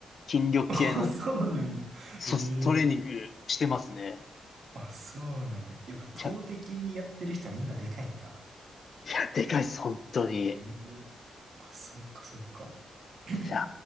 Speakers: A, on the left; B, on the right.
A: 筋力系の、
B: <laughs> あ、そうなんや。
A: そう、
B: ええ
A: トレーニングしてますね。
B: あ、そうなんや。やっぱ投擲やってる人はみんなでかいんか。
A: いや、いや、でかいです、本当に。い
B: うんあ、そっかそっか。<laughs>
A: や